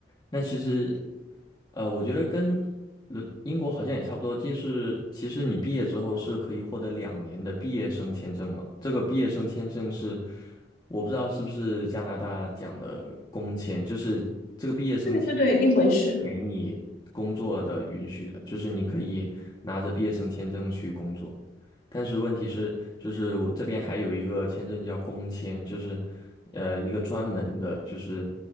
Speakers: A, on the left (about 25°); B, on the left (about 55°).
A: 那其实，呃，我觉得跟伦英国好像也差不多，就是其实你毕业之后是可以获得两年的毕业生签证嘛。这个毕业生签证是我不知道是不是加拿大讲的工签，就是这个毕业生签
B: 对对对，一回事。
A: 给你工作的允许的，就是你可以拿着毕业生签证去工作。但是问题是，就是我这边还有一个签证叫工签，就是呃一个专门的，就是